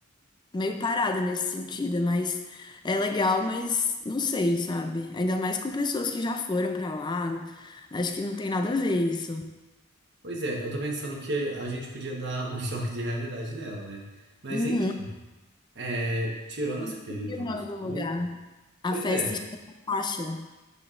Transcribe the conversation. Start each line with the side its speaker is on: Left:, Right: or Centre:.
Left: meio parada nesse sentido, mas é legal, mas não sei, sabe? Ainda mais com pessoas que já foram pra lá, acho que não tem nada a ver isso.
Right: Pois é, eu tô pensando que a gente podia dar um <laughs> choque de realidade nela, né? Mas
Left: Uhum,
Right: enfim, é, tirando
Left: não
Right: essa
Left: descobri
Right: querida do
Left: o nome
Right: nosso
Left: do lugar.
Right: grupo,
Left: A
Right: pois
Left: festa
Right: é.
Left: chama Faixa.